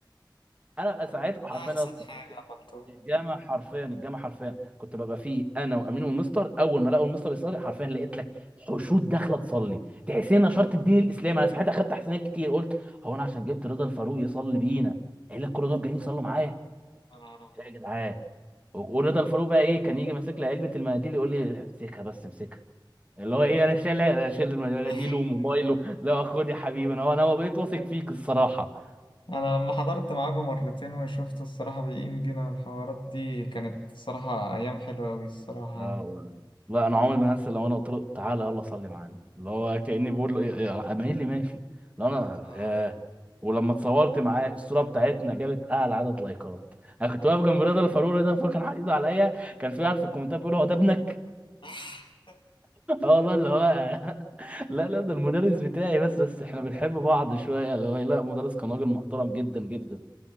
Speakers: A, on the right; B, on the left.
A: انا بقى ساعتها
B: ده
A: حرفيا
B: احسن
A: يا اسطى
B: حاجة عملتوها
A: الجامعة حرفيا الجامعة حرفيا كنت ببقى فيه انا وامين والمستر اول ما لقوا المستر يصلي حرفيا لقيت لك حشود داخله تصلي تحسين نشرت الدين الاسلامي انا صحيت اخدت احسانات كتير قلت هو انا عشان جبت رضا الفاروق يصلي بينا قال لك كل دول جايين يصلوا معايا
B: يا نهار ابيض
A: يا جدعان و- ورضا الفاروق بقى ايه كان يجي ماسك لي علبه المناديل يقول لي امسكها بس امسكها اللي هو ايه انا شايل انا شايل المناديل
B: <laughs>
A: وموبايله لا خد يا حبيبي انا هو انا بقيت واثق فيك الصراحه
B: انا لما حضرت معاكم مرتين وشفت الصراحة بيقيم بينا الحوارات دي كانت الصراحة ايام حلوة اوي الصراحة
A: لا والله. لا انا عمري ما هنسى لو انا قلت له تعالى يلا صلي معانا اللي هو كاني بقول له إيه- إيه، اميل لي ماشي لو انا
B: اه
A: ياه. ولما اتصورت معاه الصوره بتاعتنا جابت اعلى عدد لايكات انا كنت واقف جنب رضا الفاروق رضا الفاروق كان حاطط ايده عليا كان في واحد في الكومنتات بيقول هو ده ابنك
B: <laughs>
A: <laughs> اه والله اللي هو <laughs> لا لا ده المدرس بتاعي بس بس احنا بنحب بعض شويه اللي هو إيه، لا مدرس كان راجل محترم جدا جدا